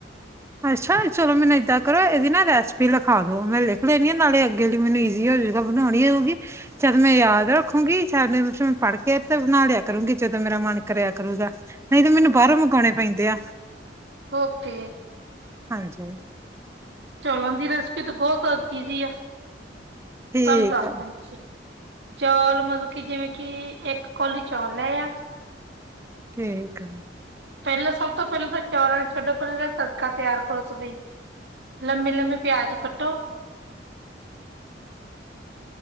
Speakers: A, on the right; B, on the right.
A: ਅੱਛਾ, ਚਲੋ ਮੈਨੂੰ ਇੱਦਾਂ ਕਰੋ ਇਹਦੀ ਨਾ ਰੈਸਪੀ ਲਿਖਾ ਦੋ ਮੈਂ ਲਿਖ ਲੈਣੀ ਆ ਨਾਲੇ ਅੱਗੇ ਲਈ ਮੈਨੂੰ ਈਜ਼ੀ ਹੋਜੂਗਾ ਬਣਾਉਣੀ ਹੋਊਗੀ। ਜਦ ਮੈਂ ਯਾਦ ਰੱਖੂੰਗੀ ਚ ਮੈਂ ਪੜ੍ਹ ਕੇ ਤੇ ਬਣਾ ਲਿਆ ਕਰੂਗੀ ਜਦੋਂ ਮੇਰਾ ਮਨ ਕਰਿਆ ਕਰੂਗਾ। ਨਹੀਂ ਤੇ ਮੈਨੂੰ ਬਾਹਰੋਂ ਮੰਗਾਉਣੇ ਪੈਂਦੇ ਆ।
B: ਹੋਕੇ।
A: ਹਾਂਜੀ।
B: ਚੋਲਾਂ ਦੀ ਰੈਸਪੀ ਤਾਂ ਬਹੁਤ ਈਜ਼ੀ ਆ।
A: ਠੀਕ
B: ਤੁਹਾਨੂੰ ਦੱਸ
A: ਆ
B: ਦਾ ਸਿਰੀ ਚੌਲ ਮਤਲਬ ਕਿ ਜਿਵੇਂ ਕਿ ਇੱਕ ਕੋਲੀ ਚੌਲ ਲਏ ਆ।
A: ਠੀਕ ਆ।
B: ਪਹਿਲਾਂ ਸਭ ਤੋਂ ਪਹਿਲਾਂ ਤਾਂ ਚੌਲਾਂ ਨੂੰ ਛੱਡੋ ਪਹਿਲਾਂ ਤੜਕਾ ਤਿਆਰ ਕਰੋ‌ ਤੁਸੀਂ ਲੰਮੇ-ਲੰਮੇ ਪਿਆਜ ਕੱਟੋ।
A: <inaudible>